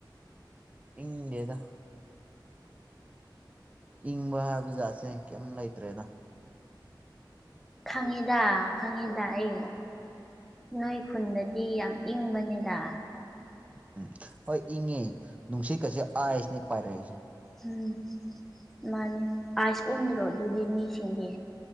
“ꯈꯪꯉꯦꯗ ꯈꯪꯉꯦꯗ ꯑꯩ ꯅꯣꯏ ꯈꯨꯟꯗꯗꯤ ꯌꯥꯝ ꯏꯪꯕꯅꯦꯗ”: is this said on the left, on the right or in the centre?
Centre